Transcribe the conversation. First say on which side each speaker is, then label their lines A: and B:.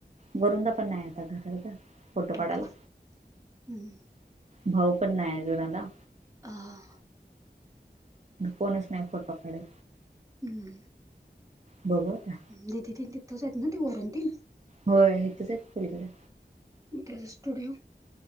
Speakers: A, on the right; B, on the right.
A: वरुंनदा पण नाही आता घरात गं, फोटो काढायला.
B: हा हम्म
A: भाऊ पण नाही अजुन आला.
B: हां.
A: फोनच नाही फोटो काढाय,
B: हम्म
A: बघु आता.
B: दिदी तीन तिथंच आहेत ना ते वरून तन.
A: होय हितच हायत, पलिकडं.
B: मग त्याच स्टुडिओ?